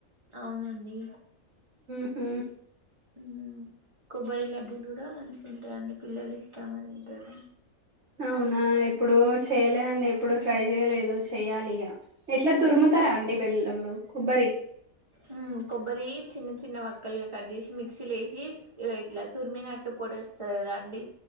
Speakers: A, on the right; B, on the right.
A: అవునండి
B: ఉమ్
A: ఉమ్ కొబ్బరి లడ్డూలు కూడా మంచిగా ఉంటాయండి పిల్లలు ఇష్టంగా తింటారు
B: అవునా ఎప్పుడో చేయలేదండి ఎప్పుడు ట్రై చేయలేదు చెయాలి ఇగ ఎట్లా తురుముతారండి బెల్ళ కొబ్బరి
A: ఉమ్ కొబ్బరి చిన్న చిన్న వక్కలుగా కట్ జేసి మిక్సీ లేసి ఇగ ఇట్లా తుర్మినట్టు పొడి వస్తది కదా అండి